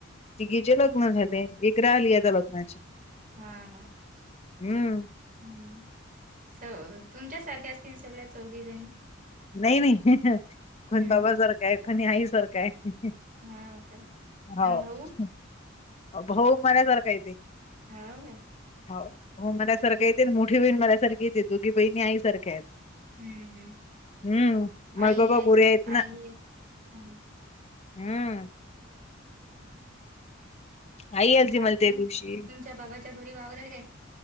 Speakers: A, on the left (about 35°); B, on the right (about 45°).
A: तिघीचे लग्न झाले, एक राहिली आता लग्नाची.
B: हां हां.
A: हम्म.
B: हम् स तुमच्या सारख्या असतील, सगळ्या चौघी जणी.
A: नाही नाही कोण
B: हम्म.
A: बाबासारखं आहे कोणी आईसारखं आहे.
B: हाव काय?
A: हो.
B: आणि भाऊ?
A: भा हो मल्यासारखं येते
B: हाव काय?
A: हो, हो मल्यासारखं आहे ते. मोठी बहीण मलासारखीेच दोघी बहीणी आई सारख्या आहेत.
B: हम्म, हम्म.
A: हम्म.. महे
B: आई
A: बाबा
B: आहे
A: गोरे आहेते
B: आई
A: ना.
B: आहे. हं.
A: हम्म. आई आलती
B: बाकी
A: मला त्या दिवशी
B: तुमच्या बाबाच्या घरी वावर आहे काय?